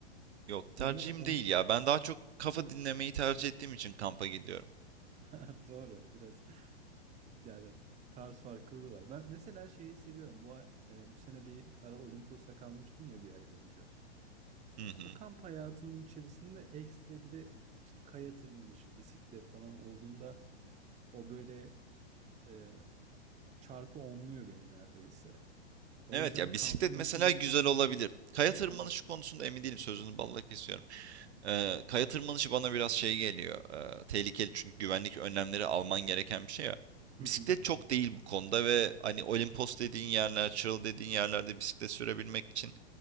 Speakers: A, on the right; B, on the right.
A: Yok. Tercihim
B: Onları on...
A: değil ya. Ben daha çok kafa dinlemeyi tercih ettiğim için kampa gidiyorum.
B: <laughs> Doğru, biraz Yani tarz farklılığı var. Ben mesela şeyi seviyorum. Bu ay- e, bu sene bir ara Olimpos'ta kalmıştım ya bir ay boyunca.
A: Hı hı.
B: O kamp hayatının içerisinde ekstra bir de işte kaya tırmanışı, bisiklet falan olduğunda o böyle e, çarpı onluyor beni neredeyse. O
A: Evet
B: yüzden
A: ya bisiklet
B: kampın
A: mesela
B: içindeyken
A: güzel olabilir.
B: <laughs>
A: Kaya tırmanışı
B: Hı hı.
A: konusunda emin değilim. Sözünü balla kesiyorum. Ee, kaya tırmanışı bana biraz şey geliyor. ee, tehlikeli çünkü güvenlik önlemleri alman gereken bir şey ya.
B: Hı
A: Bisiklet
B: hı hı
A: çok değil bu konuda ve hani Olimpos dediğin yerler, Çıralı dediğin yerlerde bisiklet sürebilmek için